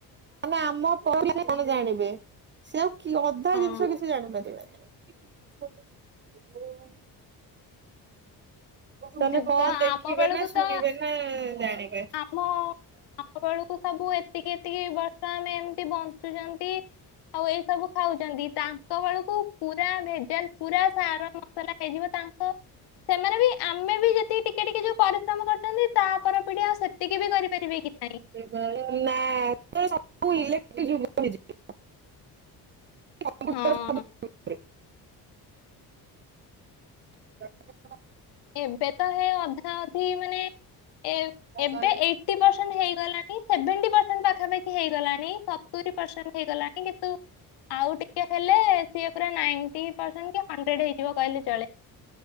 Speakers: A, on the right; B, on the left.
A: ମାନେ ଆମ <inaudible> କଣ ଜାଣିବେ? ସେ ଆଉ କି ଅଧା
B: ହଁ
A: ଜିନିଷ କିଛି ଜାଣିପାରିବେନି। <unintelligible> ତମେ
B: ଯୁଗ
A: କନ୍ ଦେଖିବେ
B: ଆମ ବେଳକୁ
A: ନା ଶୁଣିବେ
B: ତ
A: ନା ଜାଣିବେ।
B: ଆମ ଆମ ବେଳକୁ ସବୁ ଏତିକି ଏତିକି ବର୍ଷା ଆମେ ଏମିତି ବଞ୍ଚୁଛନ୍ତି ଆଉ ଏଇ ସବୁ ଖାଉଛନ୍ତି। ତାଙ୍କ ବେଳକୁ ପୁରା ଭେଜାଲ ପୁରା ସାର ମସଲା ଖାଇଯିବ। ତାଙ୍କ ସେମାନେ ବି ଆମେ ବି ଯେତିକି ଟିକେ ଟିକେ ଯୋଉ ପରିଶ୍ରମ କରୁ ତା ପର ପିଢି ଆଉ ସେତିକି ବି କରିପାରିବେ କି ନାହିଁ।
A: <inaudible> ସବୁ ଇଲେଟରି ଯୁଗ ହେଇଯିବ। <unintelligible>
B: ହଁ
A: <inaudible>
B: ଏବେ ତ ହେ ଅଧା ଅଧି ମାନେ ଏବେ
A: ଆଉ
B: ଏଇଟି୍ ପରସେଣ୍ଟ ହେଇଗଲାଣି ସେଭେଣ୍ଟି ପରସେଣ୍ଟ ପାଖାପାଖି ହେଇଗଲାଣି ସବୁ। <inaudible> ହେଇଗଲାଣି କିନ୍ତୁ ଆଉ ଟିକେ ହେଲେ ସିଏ ପୁରା ନାଇଣ୍ଟି ପେରସେନ କି ହଣ୍ଡରେଡ ହେଇଯିବ କହିଲେ ଚଳେ।